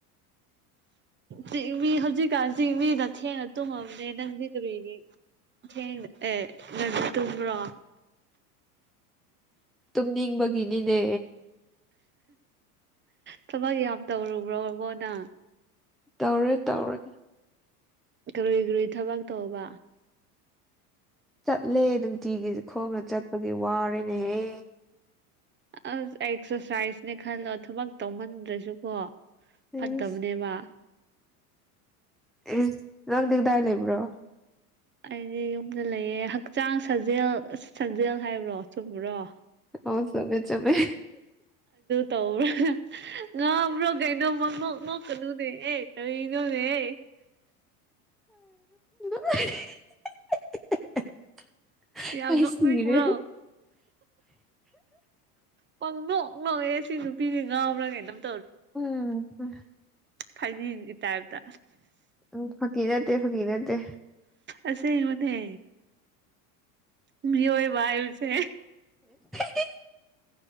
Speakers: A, on the right (about 25°); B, in the centre.
A: ꯆꯤꯡꯃꯤ ꯍꯧꯖꯤꯛꯀꯥꯟ ꯆꯤꯡꯃꯤꯅ ꯊꯦꯡꯅ ꯇꯨꯝꯃꯝꯅꯦ ꯅꯪꯗꯤ ꯀꯔꯤꯒꯤ ꯊꯦꯡꯅ ꯑꯦ ꯉ ꯇꯨꯝꯕ꯭ꯔꯣ
B: ꯅ ꯒꯅꯤꯅꯦ
A: ꯊꯕꯛ ꯌꯥꯝ ꯇꯧꯔꯨꯕ꯭ꯔꯣꯕꯣ ꯅꯪ
B: ꯇꯧꯔꯦ ꯇꯧꯔꯦ
A: ꯀꯔꯤꯏ ꯀꯏ ꯊꯕꯛ ꯇꯧꯕ
B: ꯆꯠꯂꯦ ꯅꯨꯡꯇꯤꯒꯤ ꯈꯣꯡꯅ ꯆꯠꯄꯒꯤ ꯋꯥꯔꯦꯅꯦꯍꯦ
A: ꯑꯁ ꯑꯦꯛꯁꯔꯁꯥꯏꯁꯅꯦ ꯈꯜꯂꯣ ꯊꯕꯛ ꯇꯧꯃꯟꯗ꯭ꯔꯁꯨꯀꯣ ꯐꯠꯇꯠꯇꯕꯅꯦꯕ
B: ꯏꯁ ꯑꯦ ꯅꯪꯗꯤ ꯀꯗꯥꯏ ꯂꯩꯕ꯭ꯔꯣ
A: ꯑꯩꯗꯤ ꯌꯨꯝꯗ ꯂꯩꯌꯦ ꯍꯛꯆꯥꯡ ꯁꯥꯖꯦꯜ ꯁꯥꯖꯦꯜ ꯍꯥꯏꯕ꯭ꯔꯣ ꯆꯨꯝꯕ꯭ꯔꯣ
B: ꯑꯥꯎ ꯆꯃꯦ ꯆꯃꯦ
A: ꯇꯧꯔꯥ ꯉꯥ꯭ꯔꯣ ꯀꯩꯅꯣꯃ ꯅꯣꯛ ꯅꯣꯛꯀꯗꯨꯅꯦ ꯑꯦ ꯀꯔꯤꯅꯣꯅꯦ ꯑꯦ
B: <inaudible>
A: ꯌꯥꯝ
B: ꯑꯩ
A: ꯅꯣꯛ
B: ꯁꯤꯔꯦ
A: ꯈ꯭ꯔꯣ ꯄꯪꯗꯣ ꯑꯣ ꯑꯦꯁꯤ ꯅꯨꯄꯤꯗꯤ ꯉꯥꯎꯕ꯭ꯔꯥ ꯀꯩꯅꯪ
B: ꯎꯝ ꯎꯝ
A: ꯐꯥꯖꯤꯒꯤ ꯇꯥꯏꯞꯇ
B: ꯎꯝ ꯐꯀꯤꯔꯠꯇꯦ ꯐꯀꯤꯔꯠꯇ
A: ꯑꯁꯦ ꯃꯅꯦ ꯃꯤꯑꯣꯏ ꯏꯁꯦ
B: ꯑꯦ